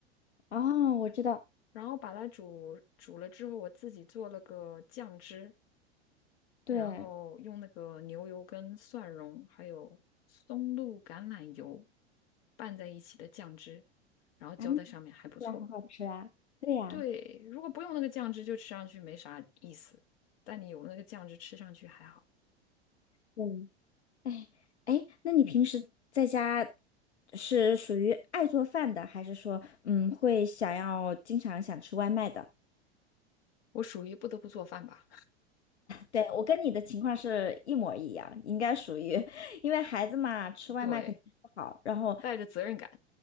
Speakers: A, on the left; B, on the left.
A: 哦，我知道，
B: 然后把它煮煮了之后，我自己做了个酱汁，
A: 对
B: 然后用那个牛油跟蒜蓉还有松露橄榄油拌在一起的酱汁，然后浇在上面还不错。
A: 啊，那听起来很好吃啊。对呀，
B: 对，如果不用那个酱汁，就吃上去没啥意思，但你有那个酱汁，吃上去还好。
A: 嗯，哎哎，那你平时在家是属于爱做饭的，还是说嗯会想要经常想吃外卖的？
B: 我属于不得不做饭吧，
A: 对，我跟你的情况是一模一样，应该属于，<laughs> 因为孩子嘛，
B: <laughs>
A: 吃外卖肯定不好，
B: 对，
A: 然后
B: 带着责任感，